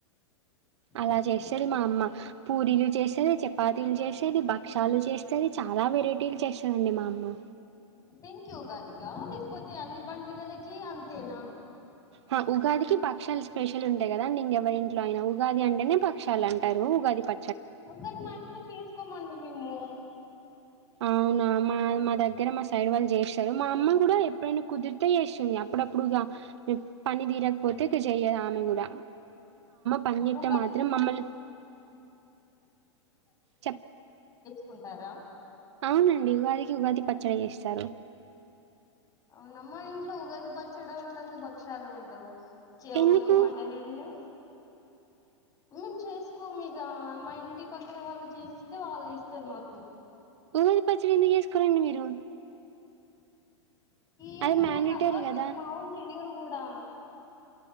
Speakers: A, on the right (about 65°); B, on the left (about 25°).
A: అలా
B: ఓహో.
A: చేస్తది మా అమ్మ పూరీలు చేస్తది, చపాతీలు చేసేది భక్షాలు చేస్తది చ అలా వెరైటీలు చేస్తదండి మా అమ్మ
B: దేనికి ఉగాదిక లేకపోతే అన్ని పండుగలకి అంతేనా?
A: హ ఉగాదికి బక్షాలు స్పెషల్ ఉంటయి గదాండింకెవరింట్లో అయినా ఉగాది అంటేనే బక్షాలు అంటారు ఉగాది ప
B: ఒద్దని మాఇంట్ల చేసుకోమండి మేము
A: అవునా మా మా దగ్గర మా సైడ్ వాళ్ళు జేస్తరు మా అమ్మ గుడా ఎప్పుడైనా కుదిరితే చేస్తుంది అప్పుడప్పుడిగా హా హ్మ్ పని తీరాకపోతే జెయ్యదామెగుడ పని జెత్తే
B: ఉగాది
A: మాత్రం మమ్మల్ చ్
B: కుంటారా
A: అవునండి ఉగాదికి ఉగాది పచ్చడి జేస్తరు
B: అవునా మా ఇంట్లో ఉగాది పచ్చడ ఉండదు భక్షాలు ఉండవు చిగా
A: ఎందుకు
B: ఓన్లీ మటనున్ను మేము చేసుకోమిగా, మా ఇంటి పక్కన వాళ్ళు చేసిస్తే వాళ్ళు ఇస్తరు మాకు.
A: ఉగాది పచ్చిడి ఎందుకు జేసుకోరండి మీరు
B: ఏమో
A: అది మ్యాండేటరీ
B: మాకలవాట్లేదు
A: కదా
B: మా ఒళ్ళు జెయ్యరు గూడా